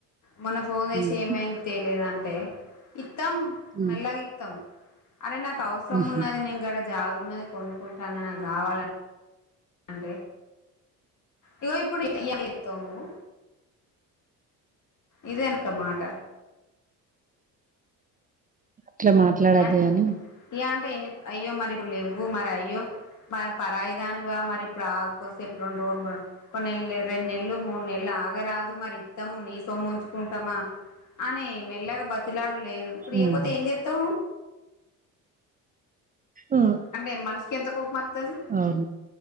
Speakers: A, on the left; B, on the right.
A: మొన్న ఫోన్ చేసి
B: ఉమ్,
A: ఏమైంది తెలేదంటే. ఇత్తం
B: ఉమ్,
A: మెల్లగా ఇత్తం. అరే నాకవసరం
B: ఉహు,
A: ఉన్నది నేను గరే. జాగున్నది. కొనుకుంటాన నాకు కావాలని. అంటే. ఇగో ఇప్పుడు ఎత్త ఎత్తావు నువ్వు. ఇదేనక మాట.
B: అట్లా మాట్లాడోదే
A: ఇయా అంటే
B: అని.
A: ఇయా అంటే ఎన్ని అయ్యో మరి ఇప్పుడు లేవ్వు మరి అయ్యో మరి పరాయి దానివా మరి ఇప్పుడు ఆగు కోసేపు రెండు రోజులు. కోనేల్లు రెం నెళ్లు మూడు నెళ్లు ఆగరాదు. మరి ఇత్తము నీ సొమ్ము ఉంచుకుంటామా. అని మెల్లాగా బతిలాడు లేదు ఇప్పుడు ఇయ్యకపోతే
B: ఉమ్,
A: ఏం చెత్. త్తా
B: ఉ,
A: అంటే మనసు కెంత కోపంమత్ తది,
B: అవును